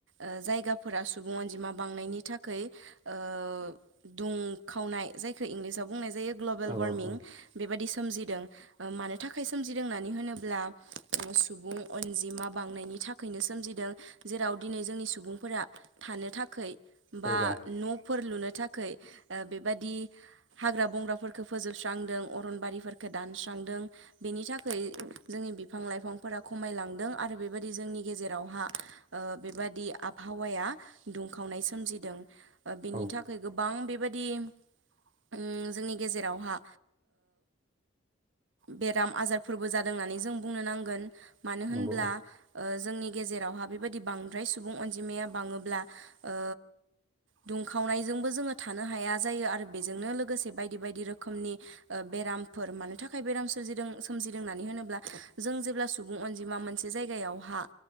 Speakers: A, on the right; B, on the right.
A: ओ जायगा फोरा सुबुं अनजिमा बांनायनि थाखाय ओ दुंखावनाय जायखौ इंलिसाव बुंनाय जायो। ग्लबेल
B: औ
A: वार्मिं
B: औ
A: बेबायदि सोमजि होयो मानो थाखाय सोमजिदों होननानै होनोब्ला सुबुं अनजिमा बांनायनि थाखाय नो सोमजिदों जेराव दिनै जोंनि सुबुंफोरा थानो थाखाय बा
B: जायगा
A: न'फोर लुनो थाखाय बेबादि हाग्रा बंग्राफोरफोरखौ फोजोबस्रांदों अरनबारिफोरफोरखौ दानस्रांदों। बेनि थाखाय जोंनि बिफां लाइफांफोरा खमायलांदों आरो बेबायदि जोंनि गेजेरावहा ओ बेबादि आबहावाया दुंखावनाय सोमजिदों बेनि
B: औ
A: थाखाय गोबां बेबायदि उम जोंनि गेजेरावहा बेराम आजारफोरबो जादों होननानै जों बुंनो नांगोन मानो होनब्ला
B: नंगौ औ
A: ओ जोंनि गेजेरावहा बेबायदि बांद्राय सुबुं अनजिमाया बाङोब्ला ओ दुंखावनाय बेजोंबो जोङो थानो हाया जायो आरो बेजोंनो लोगोसे बायदि बायदि रोखोमनि बेरामफोर मानो थाखाय थाखाय बेराम सोरजिदों सोमजिदों होननानै होनोब्ला जों जेब्ला सुबुं अनजिमा मोनसे जायगायावहा